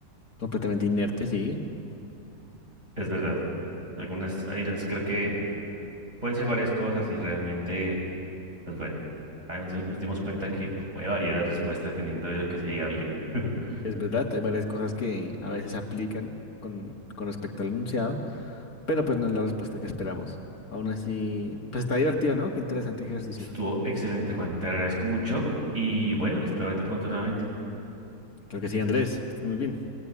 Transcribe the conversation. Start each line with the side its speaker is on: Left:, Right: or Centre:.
Left: completamente inerte, sí.
Right: es verdad. Algunas, ahí las- creo que pueden ser varias cosas y realmente. Pues bueno, ahí nos, nos dimos cuenta que puede variar la respuesta dependiendo de lo que se diga bien. <laughs>
Left: Es verdad, hay varias cosas que a veces aplican con, con respecto al enunciado, pero pues no es la respuesta que esperamos. Aún así, pues está divertido, ¿no? Qué interesante ejercicio.
Right: Estuvo excelente, Juan. Te agradezco mucho y bueno, espero verte pronto nuevamente.
Left: Creo que sí, Andrés. Estás muy bien.